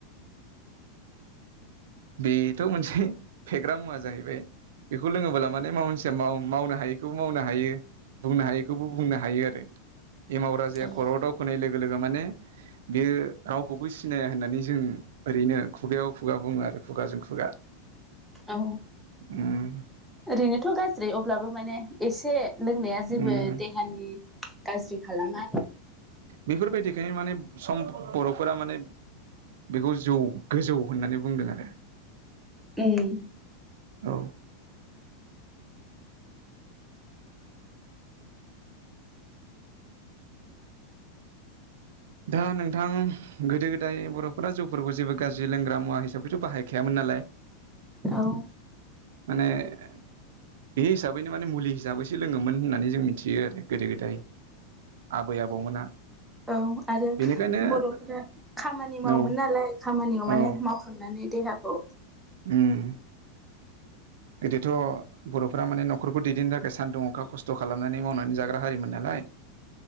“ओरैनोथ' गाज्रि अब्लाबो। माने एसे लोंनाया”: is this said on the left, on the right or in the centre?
Centre